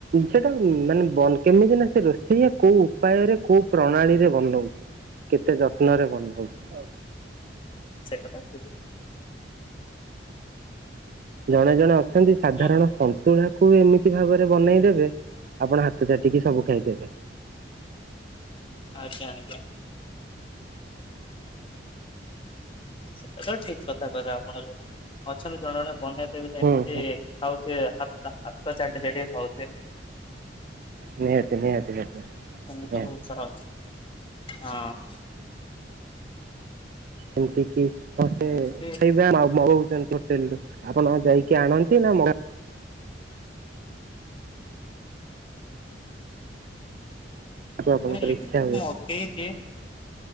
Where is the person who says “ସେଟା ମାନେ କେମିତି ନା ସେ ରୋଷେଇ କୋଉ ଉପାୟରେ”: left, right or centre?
Right